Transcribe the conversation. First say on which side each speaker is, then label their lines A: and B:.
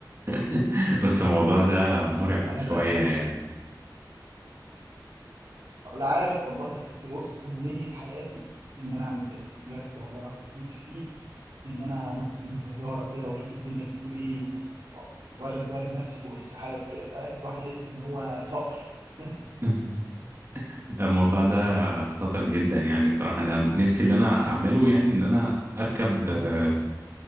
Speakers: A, on the right; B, on the right.
A: <laughs> بس الموضوع ده مرعب
B: أنا
A: شوية يعني
B: ولا عارف والله بس بص أمنية حياتي إن أنا أعمل كده بجد والله العظيم نفسي إن أنا أنط من طيارة كده وأشوف الدنيا بتقول إيه وس- وأرمي وأرمي نفسي فوق السحاب كده فاهم الواحد يحس إن هو صقر <laughs>
A: <laughs> الموضوع ده خطر جدا يعني بصراحة أنا نفسي اللي أنا أعمله يعني إن أنا أركب
B: مم.
A: آه،